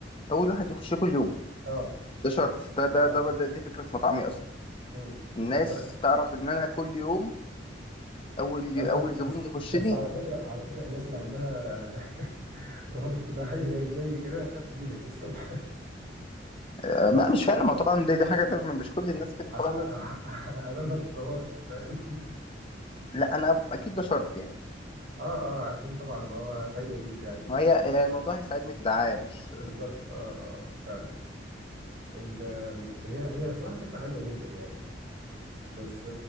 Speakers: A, on the left (about 30°); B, on the right (about 55°).
A: اول واحد يخش كل يوم
B: اه
A: ده شرط ده ده
B: اه
A: ده, ده دي فكره مطعمي اصلا
B: امم
A: الناس
B: والله
A: تعرف ان انا كل يوم اول
B: بس
A: اول
B: بس
A: زبون يخش
B: بس
A: لي
B: على فكره على فكره الناس اللي عندها <laughs> رهاب اجتماعي زي زي كده هتخاف تجي لك الصبح
A: آه،
B: <laughs> عشان
A: ما مش فارق ما طبعا دي, دي حاجه ده مش كل الناس كده
B: عشان
A: طبعا
B: ما <laughs> عشان ما تتصورش فاهم؟
A: لا انا اكيد ده شرط يعني
B: اه اه عشان طبعا ما هو فايده ليك يعني
A: ما
B: ما
A: هي
B: هو-
A: هي الموضوع هيساعدني في دعايه مش
B: بالظبط اه اه فعلا ال- هي هي صراحه فكره حلوه جدا يعني بس